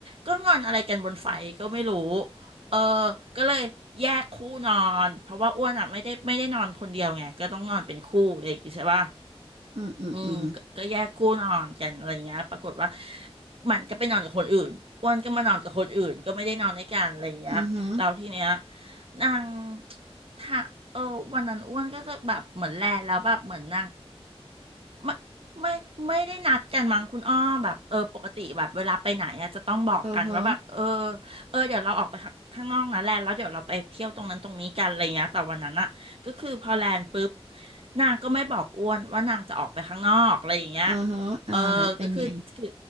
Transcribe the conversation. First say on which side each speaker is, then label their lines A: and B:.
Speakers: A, on the right (about 60°); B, on the right (about 75°).
A: ก็งอนอะไรกันบนไฟก็ไม่รู้เออก็เลยแยกคู่นอนเพราะว่าอ้วนอ่ะไม่ได้ไม่ได้นอนคนเดียวไงก็ต้องนอนเป็นคู่เลยางงี้ใช่ป่ะ
B: อืออืออือ
A: อืมกก็แยกคู่นอนกันอะไรเงี้ยปรากฏว่ามันก็ไปนอนกับคนอื่นอ้วนก็มานอนกับคนอื่นก็ไม่ได้นอนด้วยกันอะไรเงี้ยเราทีเนี้ย
B: อือฮึ
A: นางถ้าเออวันนั้นอ้วนก็จะแบบเหมือนแลแล้วแบบเหมือนนาง ไม่ไม่ไม่ได้นัดกันมั้งคุณอ้อแบบเออปกติแบบเวลาไปไหนอะจะต้องบอกกันว่าแบบเออเออเดี๋ยวเราออกไปข้างข้างนอกนะแลนแล้วเดี๋ยวเราไปเที่ยวตรงนั้นตรงนี้กันอะไรเงี้ยแต่วันนั้นอะก็คือพอแลนปุ๊บ
B: อือฮึ
A: นางก็ไม่บอกอ้วนว่านางจะออกไปข้างนอกอะไรอย่างเงี้ย
B: อือฮึอ่าแล้วเป็นไง
A: เออก็คือคือ